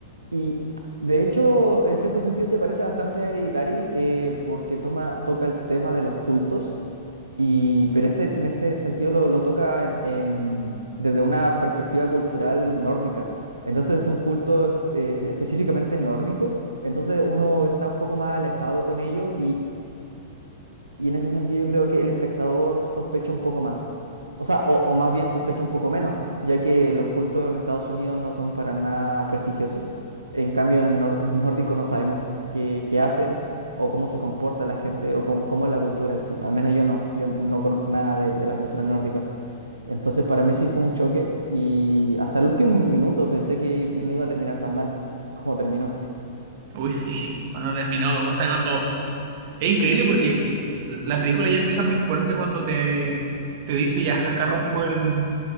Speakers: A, on the right; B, on the right.
A: Y de hecho, en cierto sentido se parece bastante a Hereditary eh, porque toma, toca el tema de los cultos, y, pero este, en este sentido lo, lo toca en- en- desde una perspectiva cultural nórdica. Entonces es un culto eh, específicamente nórdico. Entonces uno está un poco más alejado con ello Y en ese sentido yo creo que el espectador sospecha un poco más. O sea, o, o más bien sospecha un poco menos, ya que los cultos en Estados Unidos no son para nada prestigiosos. En cambio, en el nor- los nórdicos no sabemos qué, qué hacen o cómo se comporta la gente o cómo, cómo es la cultura en sí. Al menos yo no, yo no conozco nada de, de la cultura nórdica. Entonces, para mí sí fue un choque y hasta el último minuto pensé que no iba a terminar tan mal como terminó.
B: Uy, sí, cuando terminó, o sea, cuando Es increíble porque la película ya empieza muy fuerte cuando te, te dice ya, acá rompo el,